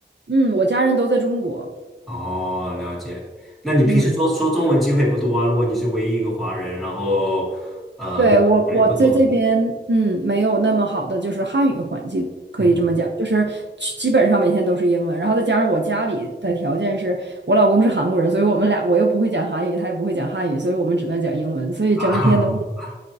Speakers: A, on the right; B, in the centre.
A: 嗯，我家人都在中国，
B: 哦，了解。那你平时说说中文机会也不多啊？
A: 嗯，
B: 如果你是唯一一个华人，然后呃，
A: 对，
B: 那华人也不多的话，
A: 我我在这边，嗯，没有那么好的就是汉语环境，可以这么讲，
B: 嗯，
A: 就是基基本上每天都是英文，然后再加上我家里的条件是我老公是韩国人，所以我们俩我又不会讲韩语，他也不会讲汉语，所以我们只能讲英文，所以整天的，
B: <laughs>